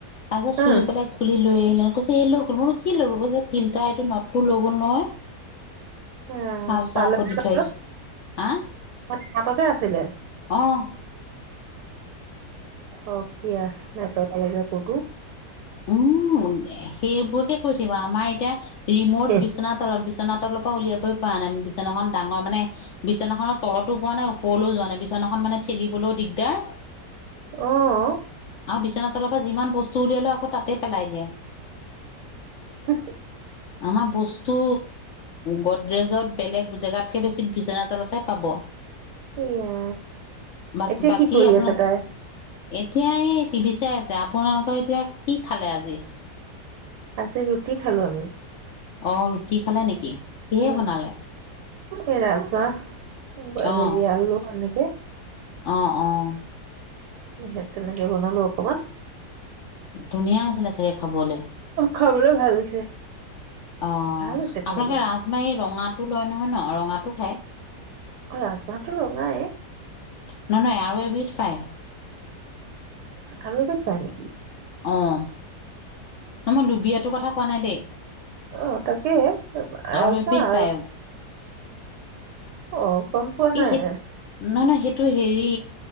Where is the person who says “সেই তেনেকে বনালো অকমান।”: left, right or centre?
Right